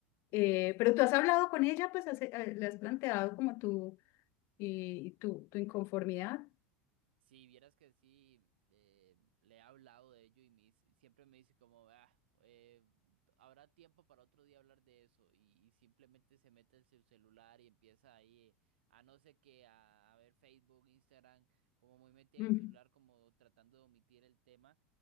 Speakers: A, on the left; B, on the right.
A: Eh, pero tú has hablado con ella, pues has- eh, le has planteado como tú y, y tu, tu inconformidad.
B: Si vieras que sí, eh, le he hablado de ello y me dice- siempre me dice como, ah, eh, habrá tiempo para otro día hablar de eso y, y simplemente se mete en su celular y empieza ahí, eh, a no sé qué, a, a ver Facebook, Instagram, como muy metida en
A: Mm,
B: el celular, como tratando de omitir el tema.